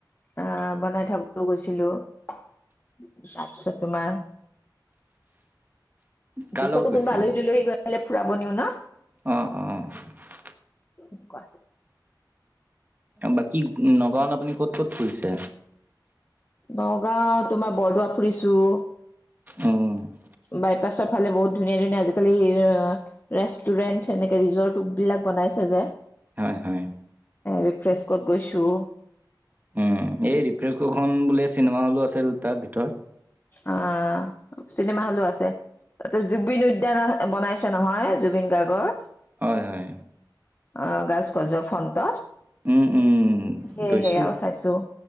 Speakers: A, on the left; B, on the right.
A: আহ' বনাই থাকোতেও গৈছিলো। তাৰপিছত তোমাৰ-
B: কাৰ
A: পিছতো
B: লগত গৈছিল?
A: কোনবা আলহী দুলহী গ'লে ফুৰাব নিও ন।
B: অ', অ', অ'।
A: তেনেকুৱা
B: বাকী নগাওঁত আপুনি ক'ত ক'ত ফুৰিছে?
A: নগাঁও তোমাৰ বৰদোৱা ফুৰিছোঁ।
B: অ'।
A: বাইপাছৰ ফালে বহুত ধুনীয়া, ধুনীয়া আজিকালি <unintelligible> ৰেষ্টুৰেন্ট এনেকে ৰিজৰ্ট বিলাক বনাইছে যে।
B: হয়, হয়,
A: ৰিফ্ৰেছ ক'ত গৈছোঁ।
B: উম, এই ৰিফ্ৰনকো খন বুলিয়ে চিনেমা হ'লো আছিল তাৰ ভিতৰত
A: অ'। চিনেমা হলো আছে তাতে জুবিন উদ্যান বনাইছে নহয় জুবিন গাৰ্গৰ।
B: হয়, হয়।
A: অ', গাছ কজ ফন্তৰ
B: উম, উম,
A: সেয়
B: গৈছোঁ।
A: সেয়াও চাইছোঁ